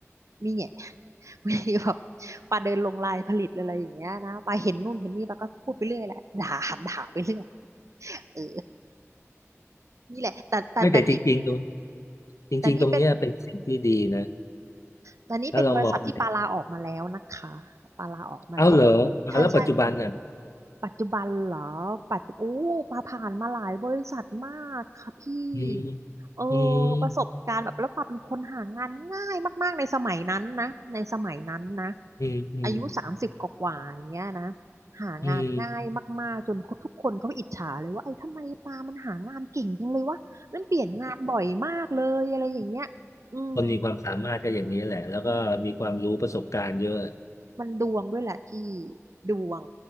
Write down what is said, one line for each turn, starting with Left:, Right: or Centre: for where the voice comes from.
Right: นี่เนี่ย <laughs> วันนี้แบบปาเดินลงลายผลิตอะไรอย่างเงี้ยนะปาเห็นนู่นเห็นนี่ปาก็พูดไปเรื่อยแหละด่า <laughs> ด่าไปเรื่อยเออ นี่แหละแต่แต่แต่นี่
Left: ไม่แต่จริงๆตรง จริงๆ
Right: แต่นี่เป็น
Left: ตรงเนี้ยเป็นสิ่งที่ดีนะ
Right: แต่นี่เป็นบริษัทที่ปาลาออกมาแล้วนะคะ
Left: ถ้าเรามอง
Right: ปาลาออกมาแล้วใช่ใช่
Left: เอ้าเหรออ่ะแล้วปัจจุบันน่ะ
Right: ปัจจุบันเหรอปัจจุโอ้ปาผ่านมาหลายบริษัทมากค่ะพี่
Left: อืม
Right: เออ
Left: อืม
Right: ประสบการณ์แบบแล้วปาเป็นคนหางานง่ายมากๆในสมัยนั้นนะในสมัยนั้นนะ
Left: อืมอืม
Right: อายุสามสิบกว่าๆอย่างเงี้ยนะหางานง่ายมากๆจนทุกคนเขาอิจฉาเลยว่าไอ้ทำไมปามันหางานเก่งจังเลยวะมันเปลี่ยนงานบ่อยมากเลยอะไรอย่างเงี้ยอืม
Left: อืมคนมีความสามารถก็อย่างนี้แหละ แล้วก็มีความรู้ประสบการณ์เยอะ
Right: มันดวงด้วยแหละที่ดวง